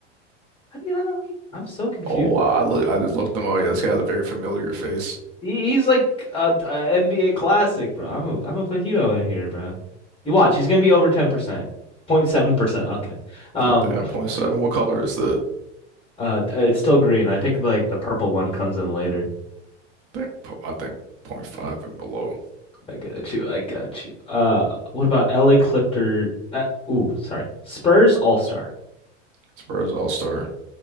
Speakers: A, on the left (about 15°); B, on the right (about 40°).
A: how do you not know he I'm so confused
B: Oh,
A: by
B: I
A: it.
B: I look. I just looked them. up. Yeah, this guy has a very familiar face.
A: He, he's like a, a NBA classic, bro. I'm a, I'm gonna put Hito in here, bro. You watch, he's gonna be over 10%. 0.7%. Okay. Um
B: Goddamn, point seven. What color is that?
A: Uh, it's still green. I think like the purple one comes in later.
B: think I think point 0.5 and below.
A: I got you. I got you. Uh, what about LA Clipper? Uh, ooh, sorry. Spurs All-Star.
B: Spurs All Star.